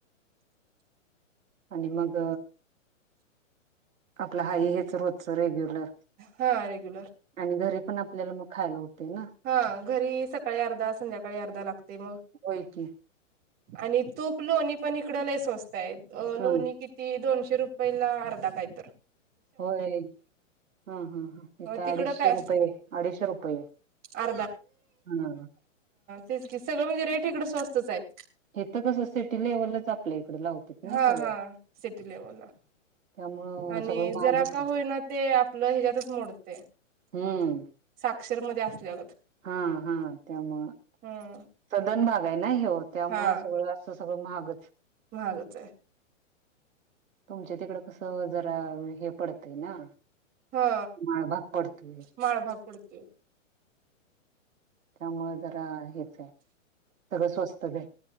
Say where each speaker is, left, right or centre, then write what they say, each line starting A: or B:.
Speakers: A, on the right (about 85°); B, on the right (about 25°).
A: आणि मग आपलं हाई हेच रोजच रेग्युलर
B: हा रेग्युलर.
A: आणि घरी पण आपल्याला मग खायला ना
B: हा घरी सकाळी अर्धा संध्याकाळी अर्धा लागते मग.
A: होय की
B: आणि तूप लोणी पण इकड लई स्वस्तय
A: हा
B: लोणी किती दोनशे रुपय ला अर्धा काहीतर.
A: होय हा हा ह इथ अडीचशे
B: तिकडं काय
A: रुपये, अडीचशे रुपये
B: हा
A: हा
B: तेचकी सगळ म्हणजे रेट इकडं स्वस्तच हायेत.
A: हे तर कसं सिटी लेव्हलच आपल्या इकडे लावतात नाही
B: हा
A: सगळं
B: हा सिटी लेवलला.
A: त्यामुळं
B: आणि
A: सगळं महागच
B: जरा का होईना ते आपलं हेच्यातच मोडते.
A: हम्म.
B: अक्षरमध्ये असल्या अगं
A: हा हा त्यामुळे
B: हम्म
A: सदन भाग आहे, ना हे त्यामुळे
B: हा
A: सगळं अस सगळं महागच.
B: महागच आहे.
A: तुमच्या तिकड कसं जरा हे पडतंय ना.
B: हा
A: माळभाग पडतोय.
B: माळभाग पडतोय.
A: त्यामुळे जरा हेच आहे सगळं स्वस्तच आहे.